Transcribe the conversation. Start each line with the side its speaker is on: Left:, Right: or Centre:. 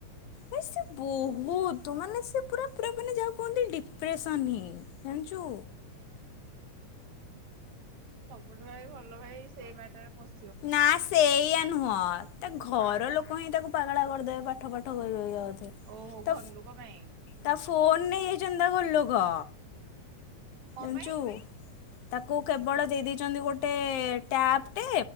Left: ଭାଇ ସେ ବହୁତ ମାନେ ସେ ପୁରା ପୁରା ମାନେ ଯାହାକୁ କୁହନ୍ତି ଡିପ୍ରେସନ ହିଁ ଜାଣିଛୁ
Right: ସବୁଠୁ ଭାଇ ଭଲ ଭାଇ ସେଇ ମାଟରେ ବ
Left: ନା ସେଇୟା ନୁହଁ। ଏ ଘର
Right: ଆଉ
Left: ଲୋକ କଇଁ ତାକୁ ପାଗଳା କରିଦେବେ ପାଠ ପାଠ କହି କହିକା ବୋଧେ।
Right: ଓହୋ
Left: ତା
Right: ଘରଲୁକ ପାଇଁ
Left: ତା ଫୋନ୍ ନେଇ ଯାଇଛନ୍ତି ତା ଘରଲୋକ।
Right: କଣ
Left: ଜାଣିଛୁ
Right: ପାଇଁ
Left: ତାକୁ କେବଳ ଦେଇ ଦେଇେଛନ୍ତି ଗୋଟେ ଟ୍ୟାପ୍ ଟେ